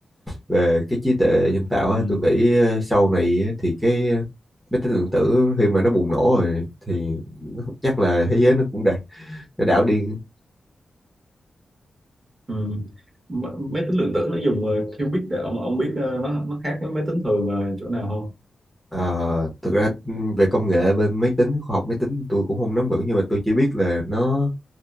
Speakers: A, in the centre; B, on the right.
A: về cái trí tuệ nhân tạo á,
B: ừ,
A: tôi nghĩ ờ, sau này á, thì cái ờ, máy tính lượng tử khi mà nó bùng nổ rồi thì nó- <laughs> chắc là thế giới nó cũng đạt nó đảo điên
B: ừ. M- máy tính lượng tử nó dùng ờ, qubit để ông ông biết ờ, nó nó khác với máy tính thường ờ, chỗ nào không
A: Ờ, thực ra ừ, về công nghệ bên máy tính khoa học máy tính tôi cũng không nắm vững nhưng mà tôi chỉ biết là nó